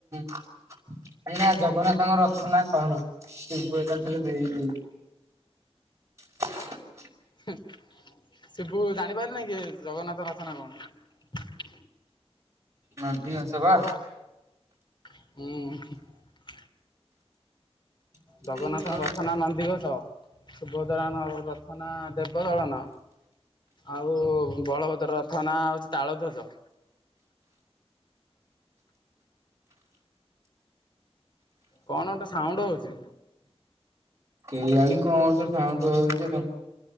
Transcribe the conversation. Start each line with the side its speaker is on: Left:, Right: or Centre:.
Right: କାହିଁକି ନା ଜଗନ୍ନାଥଙ୍କ ରଥ ନା କଣ ସିବୁ ଏକାଥରେ ଦେଇଦେଇ <unintelligible>
Left: ହୁଁ ସିବୁ ଜାଣିପାରିଲାନି କି ଜଗନ୍ନାଥଙ୍କ ରଥ ନାଁ କଣ?
Right: ନା ଫ୍ରି ଅଛ ବା।
Left: ହଁ।
Right: ବା
Left: ଜଗନ୍ନାଥଙ୍କ ରଥ ନା ନନ୍ଦିଘୋଷ ସୁଭଦ୍ରାଙ୍କ ର ରଥ ନା ଦେବଦଳନ ଆଉ-ଉ-ଉ ବଳଭଦ୍ର ରଥ ନାଁ ହେଉଛି ତାଳ ଧ୍ୱଜ। କଣ ଗୋଟେ ସାଉଣ୍ଡ ହଉଛି?
Right: କେଜାଣି କଣ ଗୋଟେ ସାଉଣ୍ଡୁ ହୋଉଛି ଆଉ।